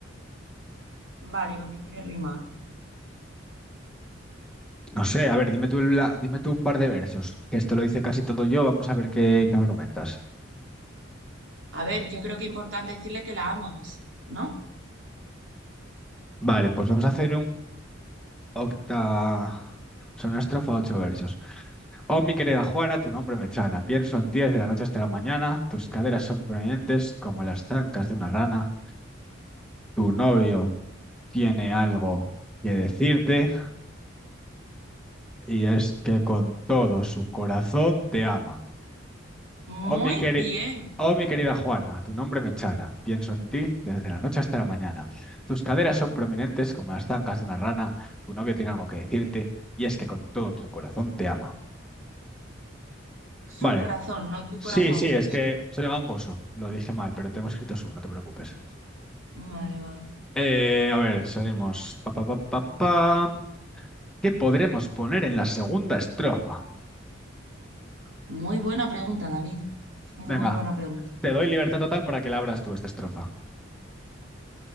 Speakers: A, on the right; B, in the centre.
A: vale, ¿y ¿con qué quieres rimar?
B: No sé, a ver, dime tú, el la- dime tú un par de versos, que esto lo hice casi todo yo, vamos a ver qué, qué me comentas.
A: A ver, yo creo que es importante decirle que la amas, ¿no?
B: Vale, pues vamos a hacer un octa... O sea, una estrofa, ocho versos. Oh, mi querida Juana, tu nombre me chana. Pienso en ti desde la noche hasta la mañana. Tus caderas son prominentes como las zancas de una rana. Tu novio tiene algo que decirte. y es que con todo su corazón te ama.
A: Muy
B: Oh, mi queri-
A: bien.
B: oh, mi querida Juana, tu nombre me chana. Pienso en ti desde la noche hasta la mañana. Tus caderas son prominentes como las zancas de una rana. Tu novio tiene algo que decirte y es que con todo tu corazón te ama.
A: Su
B: Vale.
A: corazón, no tu
B: Sí,
A: corazón.
B: sí, es que soy gangoso. Lo dije mal, pero tengo escrito su, no te preocupes.
A: Vale, vale.
B: Eh, a ver, seguimos. Pa, pa, pa, pa, pa. ¿Qué podremos poner en la segunda estrofa?
A: Muy buena pregunta, David. Muy
B: Venga,
A: buena pregunta.
B: te doy libertad total para que la abras tú esta estrofa.